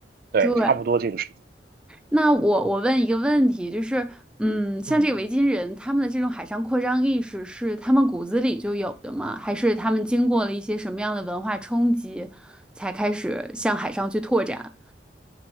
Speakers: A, on the right (about 55°); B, in the centre.
A: 对，
B: 对，
A: 差不多这个时间。
B: 那我我问一个问题，就是，嗯，像这个维京人，
A: 嗯。
B: 他们的这种海上扩张意识是他们骨子里就有的吗？还是他们经过了一些什么样的文化冲击，才开始向海上去拓展？